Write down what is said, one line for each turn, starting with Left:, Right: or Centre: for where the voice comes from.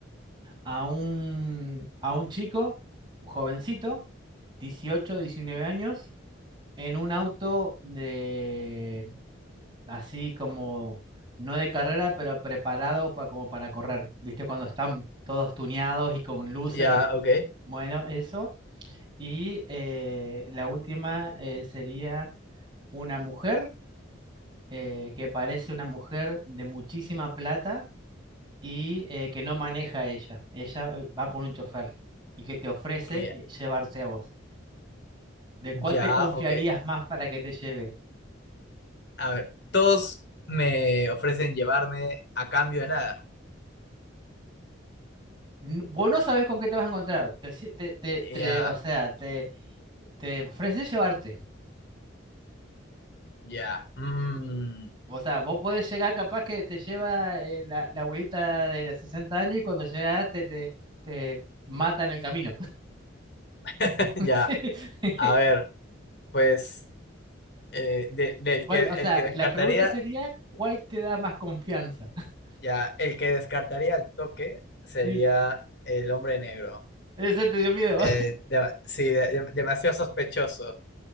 Right: a un, a un chico, un jovencito, 18, 19 años, en un auto de así como, no de carrera, pero preparado pa- como para correr. ¿Viste? Cuando están todos tuneados y con luces
Left: Ya,
Right: y
Left: ok,
Right: bueno, eso. Y eh, la última eh, sería una mujer eh, que parece una mujer de muchísima plata y eh, que no maneja ella. Ella eh, va con un chofer y que te ofrece
Left: ya,
Right: y- llevarte a vos. ¿De cuál
Left: ya,
Right: te confiarías
Left: ok.
Right: más para que te lleve?
Left: A ver, todos me ofrecen llevarme a cambio de nada.
Right: N- Vos no sabés con qué te vas a encontrar. Te, si- te- te-
Left: Ya,
Right: te- o sea, te, te ofrece llevarte.
Left: ya, mm,
Right: O sea, vos podés llegar capaz que te lleva eh, la, la abuelita de 60 años y cuando llegas te, te, te mata en el camino.
Left: <laughs>
Right: <laughs>
Left: ya.
Right: Sí.
Left: A ver, pues eh, de- del
Right: ¿Cuál-
Left: que
Right: o sea,
Left: el que
Right: la
Left: descartaría,
Right: pregunta sería, ¿cuál te da más confianza? <laughs>
Left: ya, el que descartaría al toque sería
Right: Sí,
Left: el hombre negro.
Right: ese te dio miedo.
Left: Eh, de- sí, de- de- demasiado sospechoso.